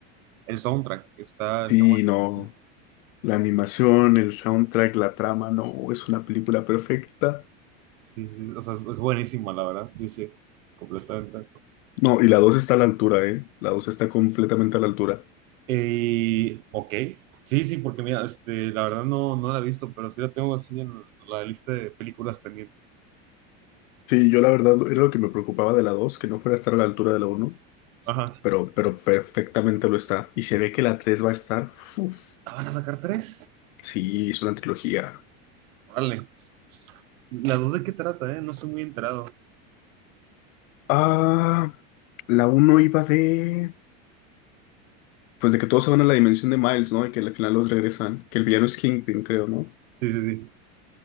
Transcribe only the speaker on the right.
el soundtrack está, está
buenísimo.
Sí,
sí, sí, o sea, es, es buenísima, la verdad. Sí, sí, completamente.
Eh, ok, sí, sí, porque mira, este, la verdad no, no la he visto, pero sí la tengo así en la lista de películas pendientes.
Ajá.
¿Ah, ¿Van a sacar tres?
Órale. ¿Las dos de qué trata, eh? No estoy muy enterado.
Sí, sí, sí.